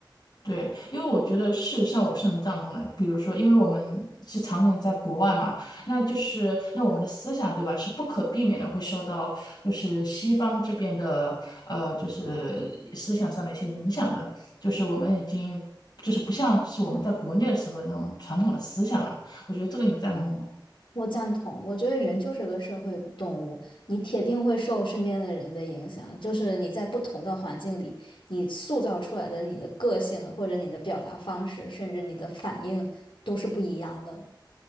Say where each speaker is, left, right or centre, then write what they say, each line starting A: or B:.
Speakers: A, on the left; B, on the left.
A: 对，因为我觉得事实上我是很赞同的。比如说，因为我们是常年在国外嘛，那就是那我们的思想对吧，是不可避免的会受到就是西方这边的呃，就是思想上的一些影响的。就是我们已经就是不像是我们在国内的时候的那种传统的思想了。我觉得这个你赞同吗？
B: 我赞同，我觉得人就是个社会动物，你铁定会受身边的人的影响。就是你在不同的环境里，你塑造出来的你的个性，或者你的表达方式，甚至你的反应，都是不一样的。